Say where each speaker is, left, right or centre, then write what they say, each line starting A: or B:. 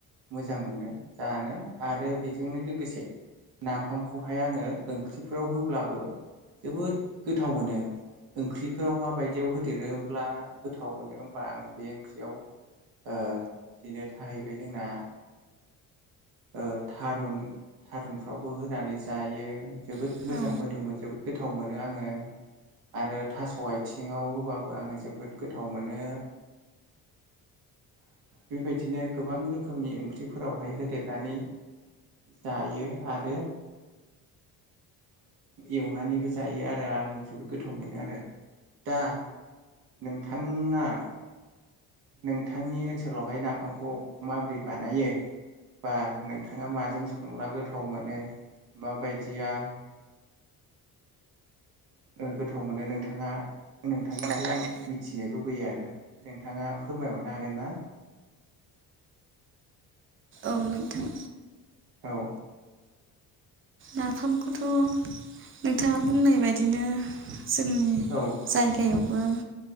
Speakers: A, on the right; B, on the right.
A: मोजां मोनो जानो आरो बेजोंनो लोगोसे नाफामखौहाय आङो ओंख्रिफोराव होब्लाबो जोबोद गोथाव मोनो ओंख्रिफोराव माबायदि बिदियाव होदेरोब्ला गोथाव मोनो होमबा आङो बे ओंख्रियाव ओ बिदिनो थाहैबाय जोंना ओ थारुन थारुनफ्रावबो होनानै जायो जोबोद
B: औ
A: मोजां मोदोमोन जोबोद गोथाव मोनो आङो आरो थास' आथिङाव होबाबो आङो जोबोद गोथाव मोनो बेबायदिनो गोबां रोखोमनि ओंख्रिफोरावहाय होदेरनानै जायो आरो एवनानैबो जायो आरो आं जोबोद गोथाव मोनो आरो दा नोंथाङा नोंथांनि ओनसोलावहाय नाफामखौ माबोरै बानायो बा नोंथाङा माजों संब्ला गोथाव मोनो माबायदिया गोथाव मोनो नोंथाङा नोंथांनिफ्राय
B: नोंथांनि
A: आं मिथिनो लुबैयो आरो नोंथाङा फोरमायहरनो हागोन ना
B: औ नोंथां
A: औ
B: नाफामखौथ' नोंथाङा बुंनाय बायदिनो जोंनि
A: औ
B: जायगायावबो